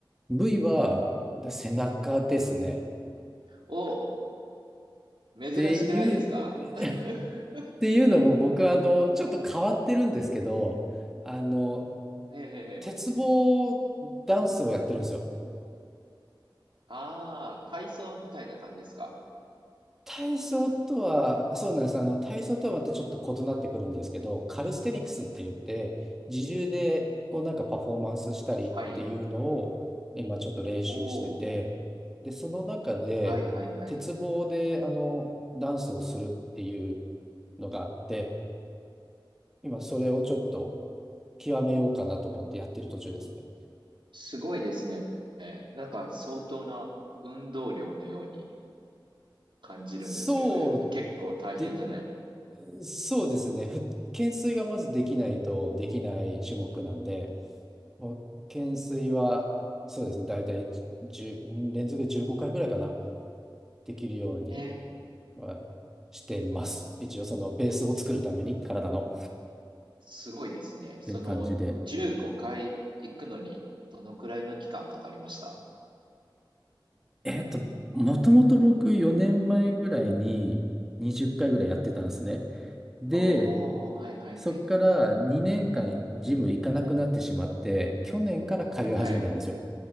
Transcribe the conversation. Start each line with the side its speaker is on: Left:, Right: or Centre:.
Centre: v は、だ背中ですね。
Right: おお、珍しくないですか
Centre: っていう、<laughs> っ
Right: <laughs>
Centre: ていうのも僕はあの、ちょっと変わってるんですけど、あの、
Right: へえへえへえ。
Centre: 鉄棒ダンスをやってるんですよ。
Right: ああ、体操みたいな感じですか
Centre: 体操とは、そうなんです。あの、体操とはまたちょっと異なってくるんですけど、カルステニクスって言って、自重でこうなんかパフォーマンスしたりっていうのを今ちょっと練習してて、
Right: はい。おお、
Centre: で、その中で、
Right: はいはいはい。
Centre: 鉄棒であの、ダンスをするっていうのがあって、今それをちょっと極めようかなと思ってやってる途中ですね。
Right: すごいですね。なんか相当な運動量のように感じるんですけど、
Centre: そう
Right: いや、結構大変じゃない。
Centre: で、そうですね。ふ懸垂がまずできないとできない種目なんで、もう懸垂は、そうですね、大体10、うん連続15回ぐらいかな、できるように
Right: え
Centre: はしてます。一応そのベースを作るために、体の。っ
Right: すごいですね。その、
Centre: ていう感じで。
Right: 15回行くのに、どのくらいの期間かかりました
Centre: えっと、もともと僕4年前ぐらいに20回ぐらいやってたんですね。で、
Right: おー、はいはいはい。
Centre: そっから2年間ジム行かなくなってしまって、去年から通い始めたんですよ。
Right: はい。